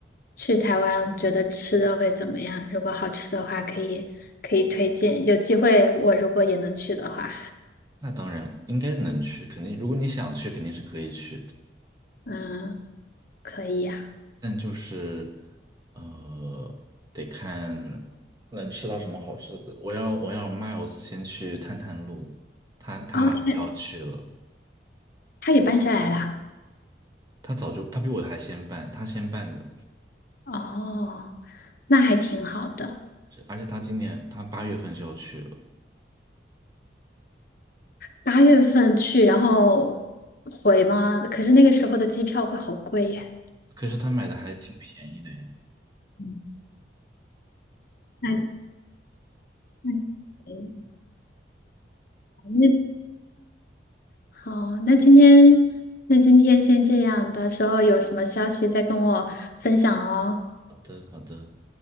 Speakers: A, on the left (about 55°); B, on the right (about 20°).
A: 去台湾，觉得吃的会怎么样？如果好吃的话，可以可以推荐。有机会，我如果也能去的话，
B: 那当然应该能去，肯定如果你想去，肯定是可以去的。
A: 嗯，可以呀。
B: 但就是呃，得看能吃到什么好吃的。我要我要 Miles 先去探探路，
A: 哦，
B: 马上就要去了。
A: 他他也办下来啦。
B: 他早就他比我还先办，他先办的，
A: 哦，那还挺好的。
B: 是而且他今年他八月份就要去了，
A: 八月份去，然后回吗？可是那个时候的机票会好贵耶。
B: 可是他买的还挺便宜的耶。
A: 嗯，那那嗯那好，那今天那今天先这样，到时候有什么消息再跟我分享哦。
B: 好的，好的，